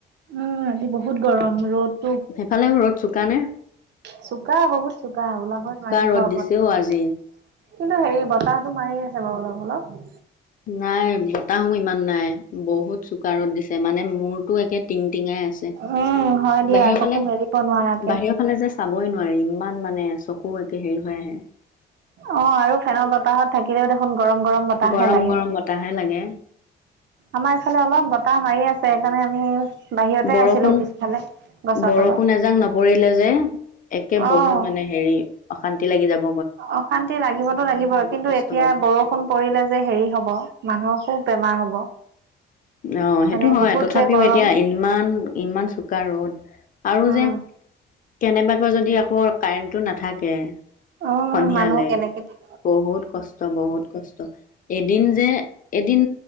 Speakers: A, on the right (about 60°); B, on the left (about 45°).
A: উম আজি বহুত গৰম ৰ'দ,
B: সেইফালে ৰদ চোকানে?
A: চোকা, বহুত চোকা ওলাব নোৱাৰি
B: ৰ'দ
A: ঘৰৰ
B: দিছে
A: পৰা৷
B: অ আজি
A: কিন্তু হেৰি বতাহটো মাৰি আছে বাৰু অলপ-অলপ৷
B: নাই বতাহো ইমান নাই বহুত চোকাৰদ দিছে মানে মূৰতো একে টিং টিঙাই আছে।
A: উম, হয় দিয়া
B: বাহিৰৰ
A: চকু
B: ফালে
A: মেলিব নোৱাৰাকে।
B: বাহিৰ ফালে যে চাবই নোৱাৰি ইমান মানে চকু একে হেৰি হৈ আহে
A: অ' আৰু ফেনৰ বতাহত থাকিলেও দেখোন। গৰম-গৰম বতাহাহে
B: গৰম
A: লাগে।
B: গৰম বতাহে লাগে
A: আমাৰ এইফালে অলপ বতাহ মাৰি আছে সেইকাৰণে আমি বাহিৰতে
B: বৰষুণ-বৰষুণ
A: আছিলোঁ পিছফালে। গছৰ তলত
B: এজাক নপৰিলে যে। একে
A: অ'।
B: বহুত মানে হেৰি অশান্তি লাগি যাব।
A: অশান্তি লাগিবতো লাগিব কিন্তু
B: কষ্ট
A: এতিয়া
B: পাব অ
A: বৰষুণ পৰিলে যে হেৰি হব মানুহৰ খুব। বেমাৰ হ'ব।
B: অ' সেইটো
A: মানে
B: হয়
A: বহুত
B: তথাপিও
A: যে গৰম
B: এতিয়া ইমান ইমান চোকা ৰ'দ। আৰু
A: উম
B: যে কেনেবাকে যদি আকৌ কাৰেণ্টটো নাথাকে।
A: অ
B: সন্ধিয়ালে
A: মানুহ কেনেকে থাকে
B: বহুত কষ্ট বহুত কষ্ট এদিন যে এদিন